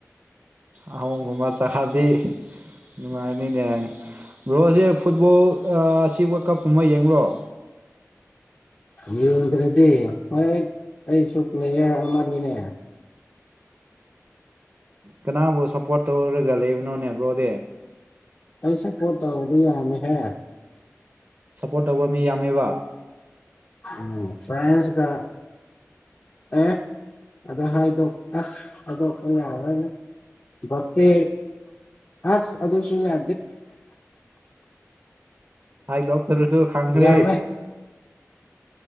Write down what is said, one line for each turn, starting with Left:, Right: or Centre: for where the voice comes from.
Right: ꯑ ꯉꯨꯃ ꯆꯍꯕꯤ ꯅꯨꯡꯉꯥꯏꯅꯤ ꯂꯩꯒ ꯕ꯭ꯔꯣꯁꯦ ꯐꯨꯠꯕꯣꯜ ꯑꯁꯤ ꯋꯥꯔꯜ ꯀꯞ ꯑꯃ ꯌꯦꯡꯕꯨꯔꯣ
Left: ꯌꯦꯡꯗ꯭ꯔꯗꯤ ꯍꯣꯏ ꯑꯩꯁꯨ ꯄ꯭ꯂꯦꯌꯔ ꯑꯃꯅꯤꯅꯦ
Right: ꯀꯅꯥꯕꯨ ꯁꯞꯄꯣꯔꯠ ꯇꯧꯔꯒ ꯂꯩꯕꯅꯣꯅꯦꯕ꯭ꯔꯣꯗꯤ
Left: ꯑꯩꯩꯁꯦ ꯄꯣꯠꯇ ꯑꯣꯗꯤ ꯌꯥꯝꯃꯦ ꯍꯥꯏ
Right: ꯁꯞꯄꯣꯔꯠ ꯇꯧꯕ ꯃꯤ ꯌꯥꯝꯃꯦꯕ
Left: ꯎꯝ ꯐ꯭ꯔꯥꯟꯁ ꯀ ꯑꯦ ꯑ ꯍꯥꯏꯗꯣꯛ ꯑꯁ ꯍꯥꯏꯗꯣꯛꯄ ꯌꯥꯔꯅꯤ ꯀꯦ ꯑ ꯑꯗꯨꯗꯁꯨꯗꯦ
Right: ꯍꯥꯏ ꯗꯣꯛꯇꯔꯁꯨꯁꯨ ꯈꯪꯁ꯭ꯔꯦ
Left: ꯌꯥꯝꯃꯦ